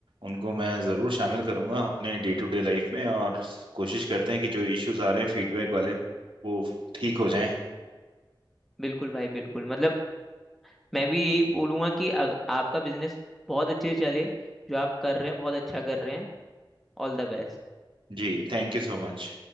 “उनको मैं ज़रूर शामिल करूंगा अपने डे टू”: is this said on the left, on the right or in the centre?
Right